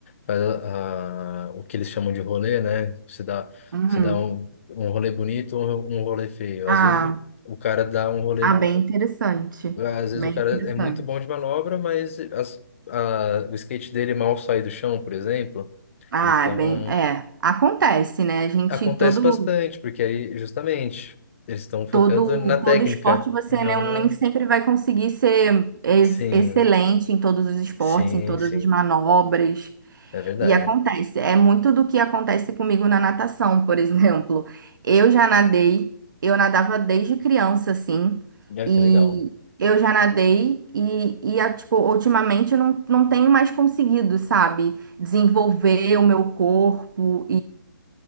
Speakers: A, on the left; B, on the right.
A: faz a, a- o que eles chamam de rolê, né? Você dá,
B: Uhum.
A: você dá um, um rolê bonito ou um rolê feio.
B: Ah,
A: Às vezes o cara dá um rolê.
B: ah, bem interessante.
A: Às vezes
B: Bem
A: o cara
B: interessante.
A: é muito bom de manobra, mas as, a, o skate dele mal sai do chão, por exemplo.
B: Ah,
A: Então,
B: é bem, é, acontece, né? A gente
A: acontece
B: todo
A: bastante, porque aí, justamente, eles estão focando
B: Todo,
A: na
B: todo
A: técnica
B: esporte você
A: e não
B: né, um
A: na.
B: nem sempre vai conseguir ser ex-
A: Sim,
B: excelente em todos os esportes,
A: sim,
B: em todas
A: sim.
B: as manobras.
A: É verdade.
B: E acontece, é muito do que acontece comigo na natação, por <laughs> exemplo. Eu já nadei, eu nadava desde criança, assim,
A: Ah,
B: e
A: que legal.
B: eu já nadei e, e ah, tipo, ultimamente eu não, não tenho mais conseguido, sabe, desenvolver o meu corpo